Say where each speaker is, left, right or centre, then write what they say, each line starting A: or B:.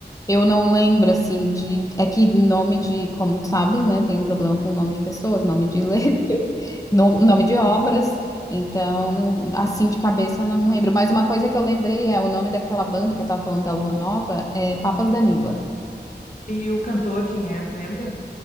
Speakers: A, on the left; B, on the left.
A: Eu não lembro, assim, de. É que nome de, como tu sabes, né? Tem um problema com nome de pessoas, nome de letras, <laughs> no- nome de obras. Então, não- assim de cabeça, não lembro. Mas uma coisa que eu lembrei é o nome daquela banda que eu tava falando da Lua Nova é Papas da Língua.
B: E o cantor, quem é? Tu lembra?